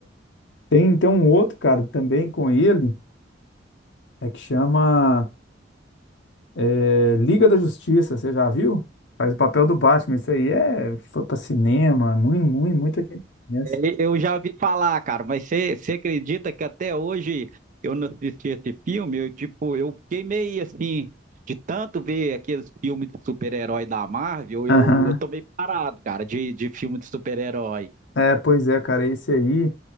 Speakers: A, on the left (about 70°); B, on the right (about 45°).
A: Tem, então um outro, cara, também com ele, é que chama é, Liga da Justiça, você já viu? Faz o papel do Batman, isso aí é, foi pra cinema, muito, muito, muita gente conhece.
B: É, Eu já ouvi falar, cara, mas você você acredita que até hoje eu não assisti esse filme? Eu, tipo, eu fiquei meio assim, de tanto ver aqueles filmes de super-herói da Marvel,
A: Aham.
B: eu, eu tô meio parado, cara, de, de filme de super-herói.
A: É, pois é, cara, esse aí.